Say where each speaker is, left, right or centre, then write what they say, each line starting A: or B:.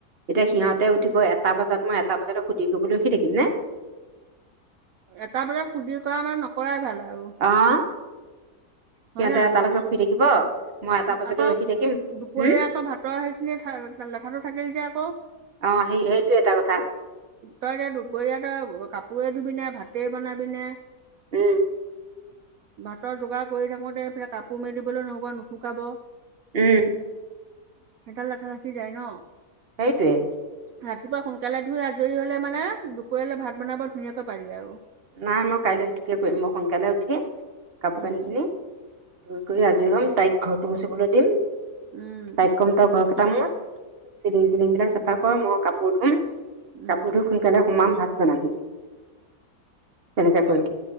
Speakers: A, on the right (about 40°); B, on the right (about 70°).
A: এতিয়া সিহতে উঠিব এটা বজাত মই এটা বজালৈ সুধি কৰিবলৈ ৰখি থাকিম নে।
B: এটা বজাত সুদিৰ কৰা মানে নকৰাই ভাল আৰু,
A: অঁ সিহঁতে
B: হয়নে নহয়
A: এতালৈকে শুই থাকিব। মই এটা বজালৈ
B: আকৌ
A: ৰখি থাকিম
B: দুপৰীয়া
A: হম
B: আকৌ ভাতৰ সেইখিনি লে লেঠাটো থাকেই যে আকৌ।
A: অ সেই সেইটো এটা কথা।
B: তই এতিয়া দুপৰীয়া তই কাপোৰেই ধুবিনে ভাতেই বনাবিনে।
A: উম
B: ভাতৰ যোগাৰ কৰি থাকোঁতে এইফালে কাপোৰ মেলিবলৈ নহ'ব নুশুকাব।
A: উম
B: সেডাল লেঠা থাকি যায় ন।
A: সেইটোৱে।
B: ৰাতিপুৱা সোনকালে ধুই আজৰি হ'লে মানে দুপৰীয়ালৈ ভাত বনাব ধুনীয়াকৈ পাৰি আৰু
A: নাই মই কাইলৈ সেইটোকে কৰিম মই সোনকালে উঠি কাপোৰ
B: উম
A: কানি খিনি ধুই কৰি আজৰি হ'ম তাইক ঘৰটো মুচিবলৈ দিম
B: উম
A: তাইক কম তই ঘৰ কঠা মুচ চিলিং টিলিং বিলাক চাফা কৰ মই কাপোৰ ধুম
B: উম
A: কাপোৰ ধুই সোনকালে সুমাম ভাত বনাবি তেনেকা কয়